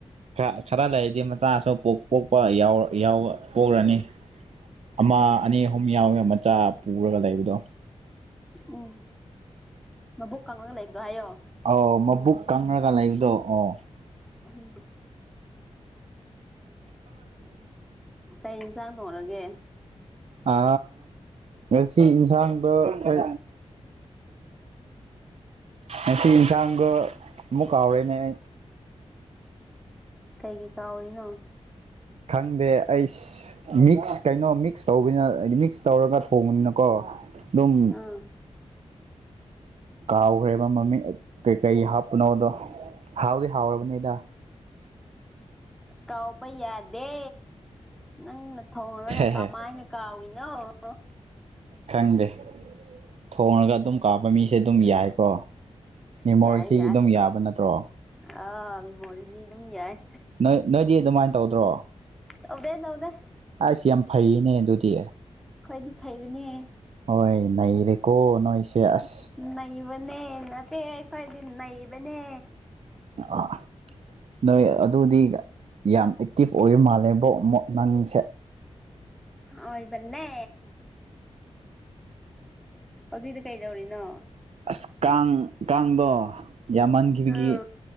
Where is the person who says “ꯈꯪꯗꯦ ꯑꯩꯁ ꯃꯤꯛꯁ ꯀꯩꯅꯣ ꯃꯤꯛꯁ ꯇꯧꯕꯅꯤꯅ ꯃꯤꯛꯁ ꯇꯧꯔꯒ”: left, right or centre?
Right